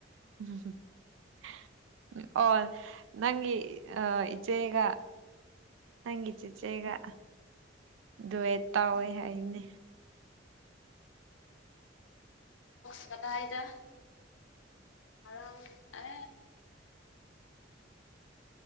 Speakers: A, on the right (about 85°); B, on the left (about 90°).
A: ꯎꯝ ꯑꯣ ꯅꯪꯒꯤ ꯑ ꯏ ꯆꯦꯒ ꯅꯪꯤ ꯆꯤ ꯆꯦꯒ ꯑꯗꯨꯋꯦ ꯇꯥꯎꯋꯦ ꯍꯥꯏꯅꯦ
B: ꯀꯗꯥꯏꯗ ꯑꯔꯥꯡ ꯑꯦ